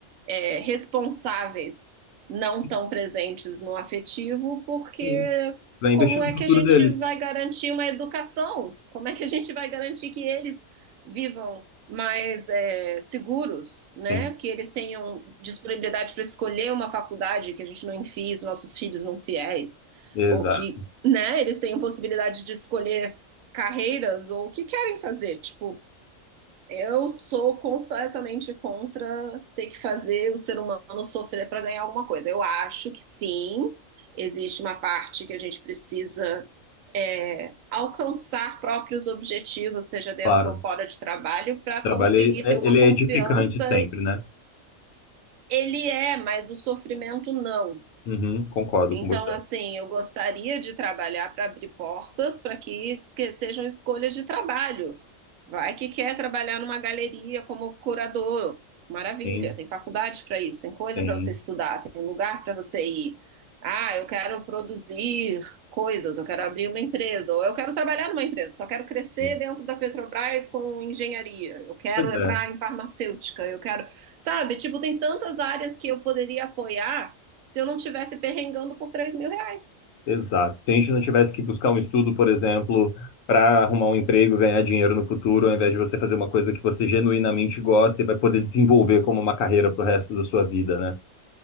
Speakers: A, on the right; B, on the left.
A: é, responsáveis não
B: Sim,
A: tão presentes no afetivo, porque
B: sim. Vai
A: como
B: investir
A: é
B: no futuro
A: que a gente
B: deles.
A: vai garantir uma educação? Como é que a gente vai garantir que eles vivam mais é, seguros, né?
B: Sim,
A: Que eles tenham disponibilidade para escolher uma faculdade que a gente não enfie os nossos filhos não fiéis,
B: exato.
A: ou que, né, eles tenham possibilidade de escolher carreiras ou o que querem fazer. Tipo, eu sou completamente contra ter que fazer o ser humano sofrer para ganhar alguma coisa. Eu acho que sim, existe uma parte que a gente precisa é, alcançar próprios objetivos, seja dentro
B: Claro.
A: ou fora de trabalho, para
B: Trabalho,
A: conseguir
B: é-
A: ter
B: é,
A: uma
B: ele
A: confiança.
B: é edificante sempre, né?
A: Ele é, mas o sofrimento não.
B: Uhum, concordo
A: Então,
B: com você.
A: assim, eu gostaria de trabalhar para abrir portas para que esque- sejam escolhas de trabalho. Vai que quer trabalhar numa galeria como curador. Maravilha,
B: Sim,
A: tem faculdade para isso, tem coisa
B: sim,
A: para você estudar, tem lugar para você ir. Ah, eu quero produzir coisas, eu quero abrir uma empresa, ou eu quero trabalhar numa empresa, só quero crescer
B: sim.
A: dentro da Petrobras com engenharia, eu quero
B: Pois
A: entrar
B: é,
A: em farmacêutica, eu quero, sabe, tipo, tem tantas áreas que eu poderia apoiar se eu não tivesse perrengando por três mil reais.
B: exato. Se a gente não tivesse que buscar um estudo, por exemplo, para arrumar um emprego, ganhar dinheiro no futuro, ao invés de você fazer uma coisa que você genuinamente gosta e vai poder desenvolver como uma carreira pro resto da sua vida, né?